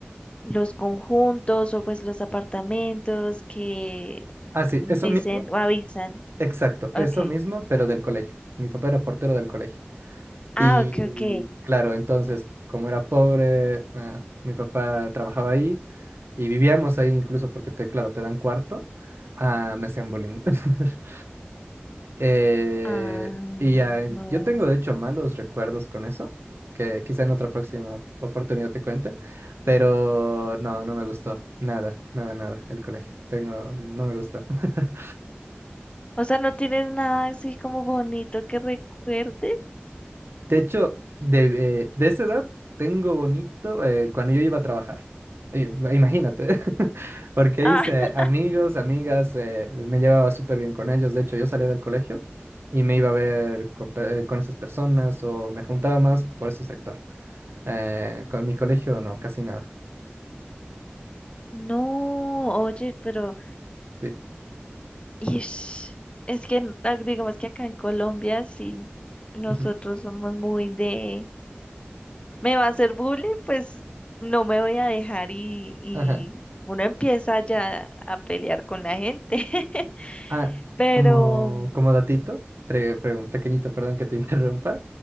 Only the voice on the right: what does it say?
Ah, sí,
eso mismo,
exacto,
eso mismo, pero del colegio. Mi papá era portero del colegio.
Y
claro, entonces, como era pobre, ah, mi papá trabajaba ahí y vivíamos ahí incluso porque, te, claro, te dan cuarto, ah, me hacían bullying. <laughs> Eh,
y ya, en- yo tengo de hecho malos recuerdos con eso, que quizá en otra próxima oportunidad te cuente, pero no, no me gustó, nada, nada, nada, el colegio. Tengo, no me gustó. <laughs>
De hecho, de, eh, de esa edad tengo bonito eh, cuando yo iba a trabajar. Oye, Imagínate, <laughs> porque
hice
amigos, amigas, eh, me llevaba súper bien con ellos. De hecho, yo salía del colegio y me iba a ver con, pe- eh, con esas personas o me juntaba más por ese sector. Eh, con mi colegio no, casi nada.
Sí.
Ujú.
Ajá.
Ah,
como,
como datito, pre- pregun- pequeñito, perdón que te <laughs> interrumpa.